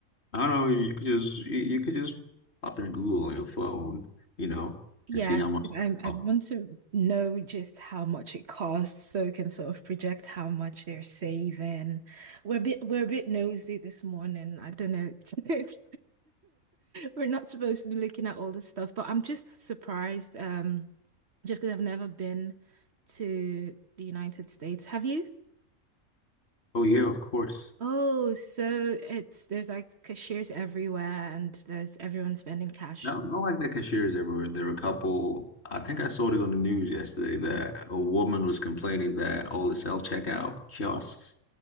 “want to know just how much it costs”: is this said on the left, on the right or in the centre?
Right